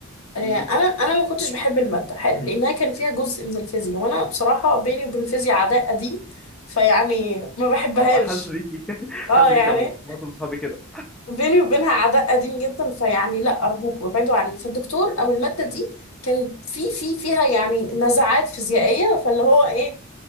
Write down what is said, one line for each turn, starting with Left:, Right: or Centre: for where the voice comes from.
Left: آه،
Centre: امم
Left: انا انا ما كنتش بحب الماده حلو لانها كان فيها جزء من الفيزياء وانا بصراحه بيني وبين الفيزياء عداء قديم فيعني ما بحبهاش
Centre: اه حاسس بيكي <laughs>
Left: اه
Centre: حاسس
Left: يعني
Centre: بيكي عموما معظم صحابي كده
Left: بيني وبينها عداء قديم جدا فيعني لا أرجوك وابعدوا عني فالدكتور أو المادة دي كان في في فيها يعني نزعات فيزيائية فاللي هو إيه